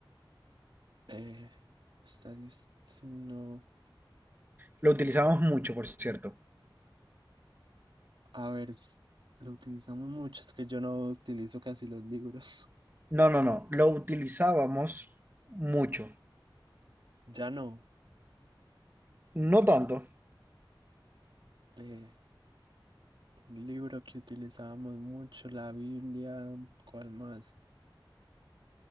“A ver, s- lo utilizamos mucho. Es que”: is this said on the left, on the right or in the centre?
Right